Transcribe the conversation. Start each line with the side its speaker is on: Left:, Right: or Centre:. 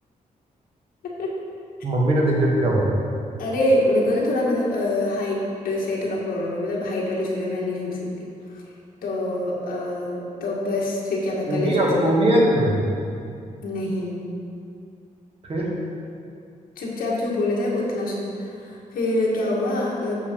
Left: <laughs>
Right: मम्मी ने देख लिया तो क्या हुआ
Left: अरे मेरे को ना थोड़ा मतलब हाइट से थोड़ा प्रॉब्लम है मतलब हाइट वाले झूले में नहीं झूल सकती तो अ, तो बस फिर क्या था
Right: फोबिया
Left: कलेश मतलब
Right: फोबिया है तुम्हें
Left: नहीं
Right: फिर
Left: चुपचाप जो बोला जाए उतना सुन फिर क्या हुआ अ,